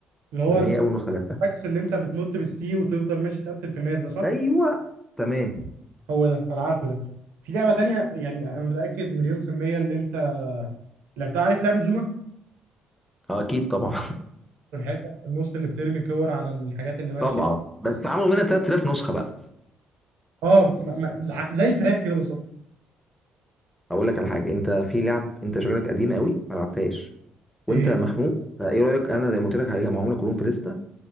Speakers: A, on the right (about 60°); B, in the centre.
A: اللي هو
B: ما هي اول نسخه لعبتها
A: الماكس اللي انت بتنط بالسي وتفضل ماشي تقتل في الناس ده صح
B: ايوه تمام
A: هو ده انا عارفه ده في لعبه تانية يعني انا متاكد مليون في الميه اللي انت لعبتها عارف لعبه زوما
B: آه، اكيد طبعا
A: الحاجات اللي في النص اللي بترمي كور على الحاجات
B: <laughs>
A: اللي ماشيه
B: طبعا بس عملوا منها 3000 نسخه بقى
A: اه ما- ما- زع- زي الفراخ كده بالظبط
B: اقول لك على حاجه انت في لعب انت شكلك قديم قوي ما لعبتهاش وانت
A: ايه هي؟
B: مخنوق فايه رايك انا زي ما قلت لك هجمعهم لك كلهم في لسته